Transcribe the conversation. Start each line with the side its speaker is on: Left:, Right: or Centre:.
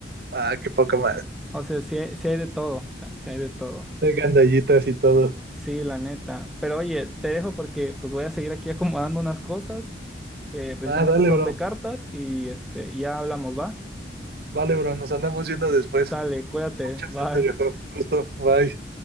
Right: Ah, qué poca madre.
Centre: O sea, sí hay, sí hay de todo, o sea, sí hay de todo.
Right: de gandallitas y todo.
Centre: Sí, la neta. Pero oye, te dejo porque pues voy a seguir aquí <laughs> acomodando unas cosas que precisamente
Right: Ah, dale,
Centre: son
Right: bro.
Centre: de cartas y este, ya hablamos, ¿va?
Right: Vale, bro. Nos andamos viendo después.
Centre: Sale, cuídate,
Right: Mucha
Centre: bye.
Right: suerte, viejo. Un gusto. Bye.